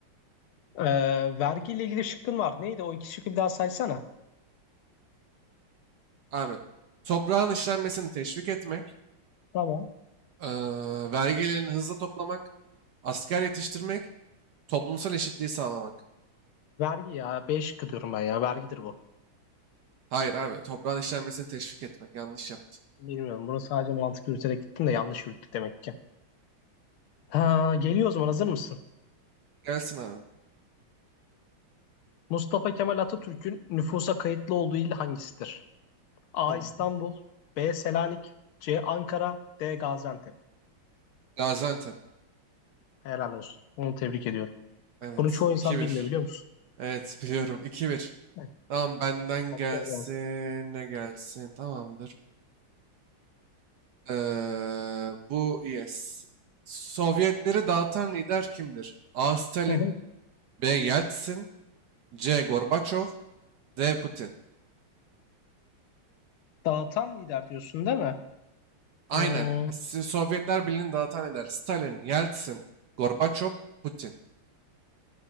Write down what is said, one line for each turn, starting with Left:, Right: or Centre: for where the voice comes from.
Left: Ee, vergiyle ilgili şıkkın var. Neydi o iki şıkkı bir daha saysana.
Right: Abi. Toprağın işlenmesini teşvik etmek.
Left: Tamam.
Right: Eee, vergilerini hızlı toplamak, asker yetiştirmek, toplumsal eşitliği sağlamak.
Left: Vergi ya. B şıkkı diyorum ben ya. Vergidir bu.
Right: Hayır abi, toprağın işlenmesini teşvik etmek. Yanlış yaptın.
Left: Bilmiyorum. Bunu sadece mantık yürüterek gittim de yanlış yürüttük demek ki. Ha, geliyor o zaman. Hazır mısın?
Right: Gelsin abi.
Left: Mustafa Kemal Atatürk'ün nüfusa kayıtlı olduğu il hangisidir? A.
Right: Tamam.
Left: İstanbul B. Selanik C. Ankara D. Gaziantep.
Right: Gaziantep.
Left: Helal olsun. Onu tebrik ediyorum.
Right: Evet.
Left: Bunu çoğu insan
Right: 2 bir.
Left: bilmiyor biliyor musun?
Right: Evet biliyorum. 2 bir.
Left: Evet.
Right: Tamam benden
Left: Hatta
Right: gelsin.
Left: gelsin.
Right: Ne gelsin? Tamamdır. Eee, bu yes. Sovyetleri dağıtan lider kimdir? A. Stalin,
Left: Hı hı.
Right: B. Yeltsin, C. Gorbaçov, D. Putin.
Left: Dağıtan lider diyorsun değil mi?
Right: Aynen.
Left: Hmm,
Right: S- Sovyetler Birliği'ni dağıtan eder. Stalin, Yeltsin, Gorbaçov, Putin.